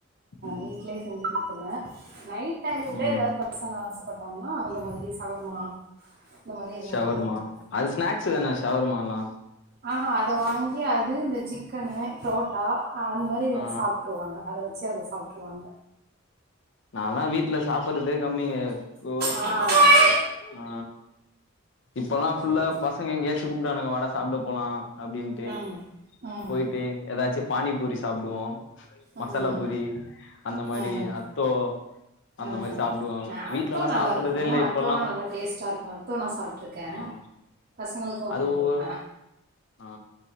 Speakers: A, on the left; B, on the right.
A: ம்
B: வீட்லயே செஞ்சி குடுத்துருவே நைட் டைம் ல
A: ம்
B: ஏதாவது பசங்க ஆசப்பட்டாங்கன்னா அந்த மாதிரி சவர்மா இந்த மாரி எதுவு
A: ஷவர்மா
B: வாங்கி குடுப்பே
A: அது ஸ்நாக்ஸ் தானே ஷவர்மால்லா
B: ஆ ஹா அத வாங்கி அது இந்த சிக்கனு புரோட்டா ஆ அந் அது மாரி
A: ஆ
B: சாப்புட்ருவாங்க அத வெச்சி அதல சாப்புட்ருவாங்க
A: நான்லா வீட்ல சாப்புட்றதே கம்மிங்க போ
B: ஆ
A: ஆ இப்பெல்லா ஃபுல்லா
B: சேரி
A: பசங்க எங்கயாச்சு கூப்புடுவானுங்க வாடா சாப்ட போலா அப்டின்ட்டு
B: ம் ம்
A: போயிட்டு ஏதாச்சி பானி பூரி சாப்டுவோ
B: ம்
A: மசாலா பொரி அந்த மாரி
B: ம்
A: அத்தோ அந்த
B: ஆ
A: மாரி சாப்டுவோ
B: ஆ அத்தோ
A: வீட்லல்லா
B: நல்லா
A: சாப்புட்றதே
B: இருக்கு
A: இல்ல இப்பல்லா
B: அத்தோல்லா நல்லா டேஸ்டா இருக்கு அத்தோ நா சாப்ட்டு இருக்கே
A: ஆ
B: பசங்களுக்கு வாங்கி
A: அது
B: குடுப்பே
A: ஒ ஆ